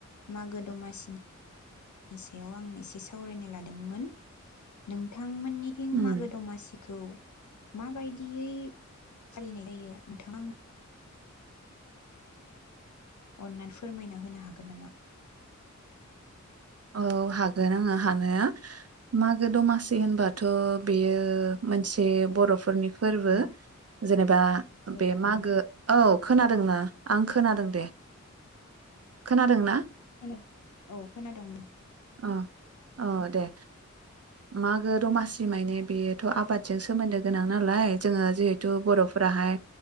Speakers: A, on the left; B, on the right.
A: मागो दमासिनिनि सायाव आं एसे सावरायनाय लादोंमोन नोंथा थां मोननि थिं
B: उम
A: मागो दमासि खौ माबायदियै फालिनाय जायो नोंथाआ आं अन्नानै फोरमायना होनो हागोन नामा
B: औ हागोन आङो हानाया मागो दमासि होनबाथ' बेयो मोनसे बर'फोरनि फोरबो
A: हेलौ
B: जेनेबा
A: औ
B: बे मागो औ खोनादोंना आं खोनादों दे खोनादों ना
A: खोनादों औ खोनादों बुं
B: अ औ दे मागो दमासि मानि बेथ' आबादजों सोमोन्दो गोनां नालाय जोङो जिहेथु बर'फोराहाय